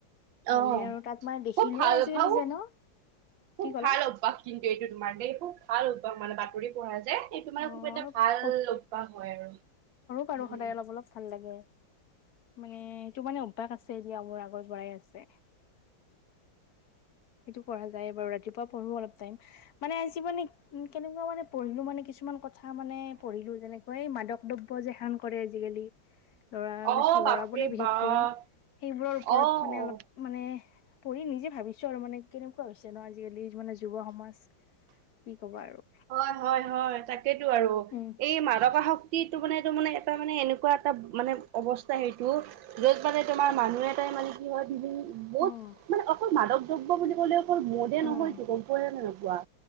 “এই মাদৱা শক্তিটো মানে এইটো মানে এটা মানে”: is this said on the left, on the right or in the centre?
Right